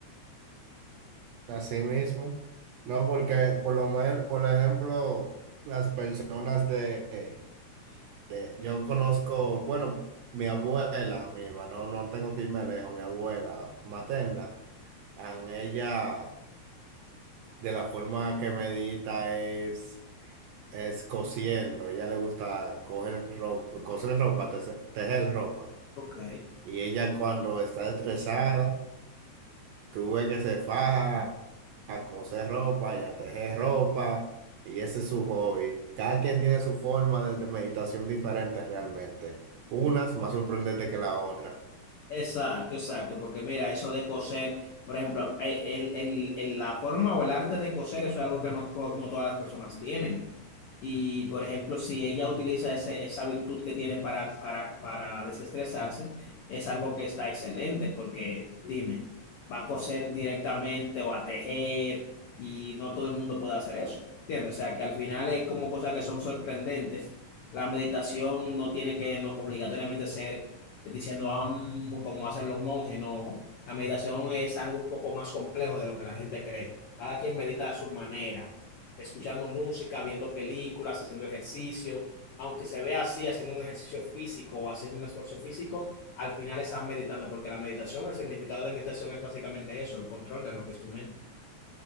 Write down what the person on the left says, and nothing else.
Ok.
Exacto, exacto, porque mira, eso de coser, por ejemplo, eh, el, el- el- la forma o el arte de coser, eso es algo que no, to- no todas las personas tienen. Y, por ejemplo, si ella utiliza ese- esa virtud que tiene para, para, para desestresarse, es algo que está excelente, porque dime, va a coser directamente o a tejer y no todo el mundo puede hacer eso, ¿entiendes? O sea, que al final es como cosas que son sorprendentes. La meditación no tiene que no, obligatoriamente ser diciendo "Am", como hacen los monjes, no. La meditación es algo un poco más complejo de lo que la gente cree. Cada quien medita a su manera, escuchando música, viendo películas, haciendo ejercicio. Aunque se vea así, haciendo un ejercicio físico o haciendo un esfuerzo físico, al final están meditando, porque la meditación, el significado de meditación es básicamente eso, el control de lo que es tu mente.